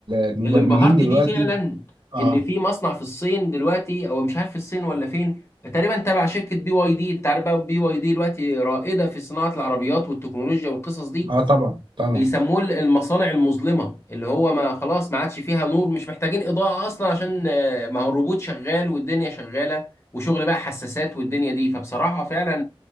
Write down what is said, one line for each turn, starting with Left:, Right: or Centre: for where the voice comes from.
Right: المبرمجين
Left: اللي انبهرت
Right: دلوقتي
Left: بيه فعلا
Right: اه
Left: ان في مصنع في الصين دلوقتي او مش عارف الصين ولا فين تقريبا تبع شركه بي واي دي انت عارف بقى بي واي دي دلوقتي رائده في صناعه العربيات والتكنولوجيا والقصص دي
Right: اه طبعا طبعا
Left: بيسموه المصانع المظلمه اللي هو ما خلاص ما عادش فيها نور مش محتاجين اضاءه اصلا عشان آه، ما هو الروبوت شغال والدنيا شغاله وشغل بقى حساسات والدنيا دي فبصراحه فعلا